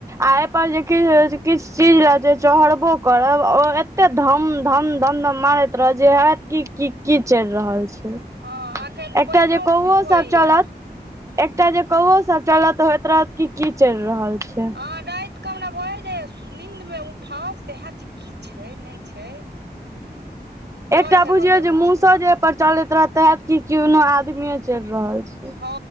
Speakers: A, on the right; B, on the right.
A: आ एहिपर जे किछ किछ चीज ल जे चढ़बो करब ओ एते धम धम धम धम मारैत रह जे हयत क की चलि रहल छै
B: हँ अखन
A: एकटा
B: पानिओ
A: जे कौओ
B: खूब होइया
A: सब चलत एकटा जे कौओ सब चलत त होयत रहत की चल रहल छै
B: ह राति कऽ हमरा बल जाय नींन्द मे उठउ सह जे की छै नहि छै डर
A: एकटा
B: हेबऽ
A: बुझियो
B: लगै
A: जे मुसो
B: छै लोकके
A: जे पर चलैत रह तेहत कि केनो आदमीे चेल रहल छै
B: हँ